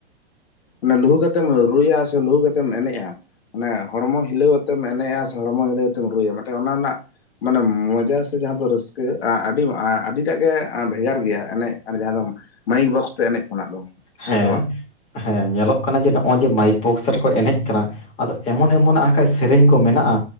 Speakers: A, on the left; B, on the left.
A: ᱚᱱᱮ ᱞᱩᱦᱩ ᱠᱟᱛᱮᱢ ᱨᱩᱭᱟ ᱥᱮ ᱞᱩᱦᱩ ᱠᱟᱛᱮᱢ ᱮᱱᱮᱡᱼᱟ, ᱢᱟᱱᱮ ᱦᱚᱲᱢᱚ ᱦᱤᱞᱟᱹᱣᱛᱮᱢ ᱮᱱᱮᱡᱼᱟ ᱥᱮ ᱦᱚᱲᱢᱚ ᱦᱤᱞᱟᱹᱣᱛᱮᱢ ᱨᱩᱭᱟ ᱚᱱᱟ ᱨᱮᱱᱟᱜᱼᱼ ᱢᱟᱱᱮ ᱢᱚᱡᱟ ᱥᱮ ᱡᱟᱦᱟᱸ ᱫᱚ ᱨᱟᱹᱥᱠᱟᱹ ᱟᱹᱰᱤ ᱟᱹᱰᱤᱴᱟᱜ ᱜᱮ ᱵᱷᱮᱜᱟᱨ ᱜᱮᱭᱟ ᱮᱱᱮᱡ ᱡᱟᱦᱟᱸ ᱫᱚ, ᱢᱟᱭᱤᱠ ᱵᱚᱠᱥ ᱛᱮ ᱮᱱᱮᱡ ᱠᱷᱚᱱᱟᱜ ᱫᱚ᱾
B: ᱦᱮᱸ
A: ᱥᱮ ᱵᱟᱝ
B: ᱦᱮᱸ ᱧᱮᱞᱚᱜ ᱠᱟᱱᱟ ᱡᱮ ᱱᱚᱜᱼᱚᱭ ᱡᱮ ᱢᱟᱭᱤᱠ ᱵᱚᱠᱥ ᱨᱮᱠᱚ ᱮᱱᱮᱡ ᱠᱟᱱᱟ᱾ ᱟᱫᱚ ᱮᱢᱚᱱ ᱮᱢᱚᱱ ᱠᱟᱡ ᱥᱮᱨᱮᱧ ᱠᱚ ᱢᱮᱱᱟᱜᱼᱟ